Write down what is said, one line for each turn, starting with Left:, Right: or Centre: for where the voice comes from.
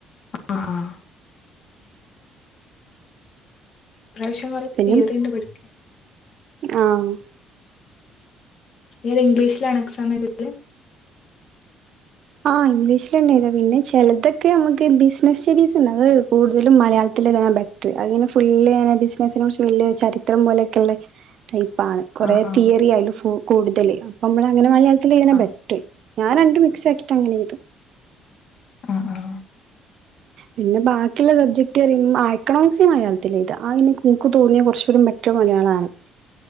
Left: ആഹ് ആഹ് ഇപ്രാവ്ശ്യം കൊറേ
Right: പിന്നെ
Left: തിയറിണ്ട് പഠിക്കാ
Right: ആഹ്
Left: ഏത് ഇംഗ്ലീഷ്ലാണോ എക്സാമെഴ്തല്
Right: ആഹ് ഇഗ്ലീഷിലെന്നെഴ്താ പിന്നെ ചെലെതൊക്കെ ഞമ്മക്ക് ബിസ്നസ് സ്റ്റഡീസ്ണ്ട് അത് കൂട്തലും മലയാളത്തിലെഴ്ത്ണാ ബെ റ്റ്ർ അത്ങ്ങെനെ ഫുള്ള്ങ്ങെനെ ബിസ്നസ്നെ കുർച്ച് വെല്യെ ചരിത്രം പോലെയൊക്കെള്ളെ ടൈപ്പാണ് കാെറേ
Left: ആ ആ
Right: തിയെറി അയ്ല് ഫു കൂട്തെല് അപ്പം അമ്മളങ്ങെനെ മലയാൾത്ത്ലെയ്ത്ണാ
Left: ആ
Right: ബെറ്റ്റ് ഞാന ങ്ങനെ മിക്സാക്കീട്ടങ്ങെനെയ്തും
Left: ആഹ് ആഹ്
Right: പിന്നെ ബാക്കിള്ള സബ്ജെക്ട് അറിം ആഹ് എക്കണോമിക്സ് ഞാൻ മലയാൾത്ത്ലാ എയ്താ ആ ഇൻ ഇൻക്ക് തോന്നിയ കൊർച്ചൂടിം ബെ റ്റ്ർ മലയാളാണ്